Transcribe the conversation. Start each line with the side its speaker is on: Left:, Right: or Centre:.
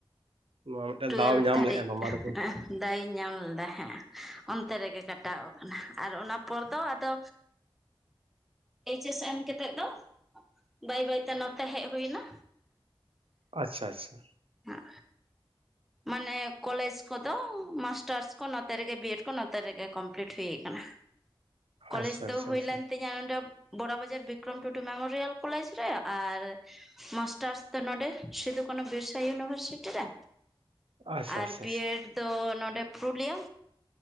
Right: ᱱᱚᱣᱟ ᱢᱤᱫᱴᱮᱱ
Centre: ᱴᱩᱭᱮᱞᱵᱷ
Right: ᱫᱟᱣᱮᱢ ᱧᱟᱢ
Centre: ᱫᱷᱟᱹᱨᱤᱡ
Right: ᱞᱮᱫᱼᱟ ᱱᱚᱣᱟ ᱢᱟ ᱟᱹᱰᱤ
Centre: ᱫᱟᱣᱤᱧ ᱧᱟᱢ ᱞᱮᱫᱟ ᱦᱮᱸ ᱚᱱᱛᱮ ᱨᱮᱜᱮ ᱠᱟᱹᱴᱤᱡ ᱠᱷᱟᱴᱟᱣ ᱠᱟᱱᱟ ᱟᱨ ᱚᱱᱟ ᱯᱚᱨ ᱫᱚ ᱟᱫᱚ ᱮᱭᱤᱪ ᱮᱥ ᱮᱢ ᱠᱟᱛᱮ ᱫᱚ ᱵᱟᱹᱭ ᱵᱟᱹᱭ ᱛᱮ ᱱᱚᱛᱮ ᱦᱮᱡ ᱦᱩᱭ ᱮᱱᱟ
Right: ᱟᱪᱷᱟ ᱟᱪᱷᱟ
Centre: ᱦᱟᱸ ᱢᱟᱱᱮ ᱠᱚᱞᱮᱡᱽ ᱠᱚᱫᱚ ᱢᱟᱥᱴᱟᱨᱥ ᱠᱚ ᱱᱚᱛᱮ ᱨᱮᱜᱮ ᱵᱤᱭᱮᱰ ᱠᱚ ᱱᱚᱛᱮ ᱨᱮᱜᱮ ᱠᱚᱢᱯᱞᱤᱴ ᱦᱩᱭ ᱟᱠᱟᱱᱟ ᱠᱚᱞᱮᱡᱽ
Right: ᱟᱪᱪᱷᱟ
Centre: ᱫᱚ
Right: ᱟᱪᱪᱷᱟ
Centre: ᱦᱩᱭᱞᱮᱱ
Right: ᱟᱪᱪᱷᱟ
Centre: ᱱᱚᱰᱮ ᱵᱚᱲᱟ ᱵᱟᱡᱟᱨ ᱵᱤᱠᱨᱚᱢ ᱴᱩᱰᱩ ᱢᱮᱢᱳᱨᱤᱭᱟᱞ ᱠᱚᱞᱮᱡᱽ ᱨᱮ ᱟᱨ ᱢᱟᱥᱴᱟᱨᱥ ᱛᱚ ᱱᱚᱰᱮ ᱥᱤᱫᱩ ᱠᱟᱱᱩ ᱵᱮᱥ ᱤᱷᱟᱨᱥᱤᱴᱤ ᱨᱮ
Right: ᱟᱪᱪᱷᱟ
Centre: ᱟᱨ ᱵᱤᱮᱰ
Right: ᱟᱪᱪᱷᱟ
Centre: ᱛᱚ ᱱᱚᱸᱰᱮ ᱯᱩᱨᱩᱞᱤᱭᱟᱹ